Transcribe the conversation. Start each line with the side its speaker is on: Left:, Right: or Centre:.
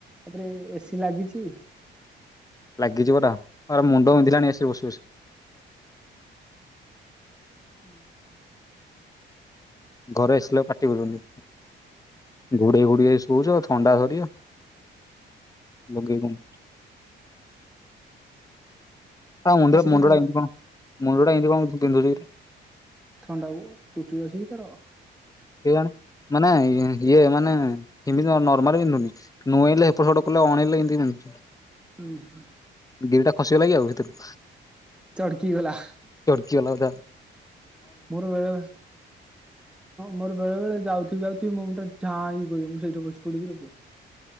Centre: ତାପରେ, ଏସି ଲାଗିଛି।
Left: ଲାଗିଯିବଟା, ମୁଣ୍ଡ ବିନ୍ଧିଲାଣି ଏସରେ ବସି ବସି।
Centre: ହୁଁ ହୁଁ।
Left: ଘରେ ଆସିଲେ, ପାଟି କରୁଛନ୍ତି। ଘୋଡେ ଗୁଡ ସୁଉଚ, ଥଣ୍ଡା ଧରିବ। ଲଗେଇ ହଁ ମୁଣ୍ଡ,
Centre: ଏସିି
Left: ମୁଣ୍ଡା
Centre: ଟା
Left: ମୁଣ୍ଡା ଏତିୁରେ
Centre: ଥଣ୍ଡା ଚୁଟି ଅଛି, କି ତର।
Left: କେଇଜାଣେ ମାନେଇ ଇଏ ମାନେ ଏମିତି ନର୍ମାଲ ବିନ୍ଧୁନି ନୁଏଇଁଲେ ଏପଟ ସେପଟ କଲେ ଅଣେଇଲେ ଏମିତି ବିନ୍ଧୁଛି
Centre: ଆ ହ
Left: ଗିରିଟା ଖସିଗଲାକି ଆଉ ଭିତୁରୁ
Centre: ଚଡ଼କି ଗଲା
Left: କି ଗଲା ବୋଧେଉ
Centre: ମୋର ବେଳେ ମୋର ବେଳେ ବଳେ ଯାଉଥିବି ଆଉଥିବି ମୋ ମୁଣ୍ଡ ଯାଁଇ କରିବ ମୁଁ ସେଇଠି ବସିପଡ଼ିବି ରେ ପୁଅ